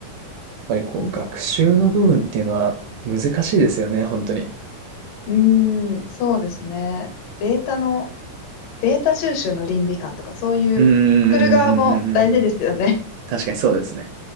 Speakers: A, on the right (about 75°); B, on the left (about 80°).
A: ぱりこう、
B: むず
A: 学習の部分っていうのは難しいですよね、本当に。
B: うーん、そうですね。データの、データ収集の倫理観とか、そういう、
A: うんうんうんうんうんうん。
B: 作る側も大事ですよね。
A: 確かにそうですね。